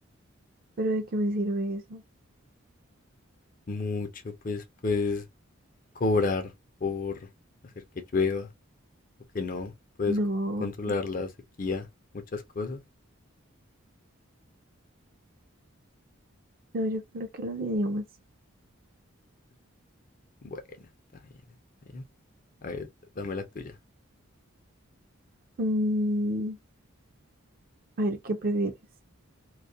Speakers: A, on the right (about 40°); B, on the left (about 40°).
A: ¿Pero de qué me sirve eso?
B: Mucho, pues puedes cobrar por hacer que llueva o que no. Puedes
A: No.
B: c- controlar la sequía, muchas cosas.
A: No, yo creo que los idiomas.
B: Bueno, está bien, está bien. A ver, dame la tuya.
A: Mm, A ver, ¿qué prefieres?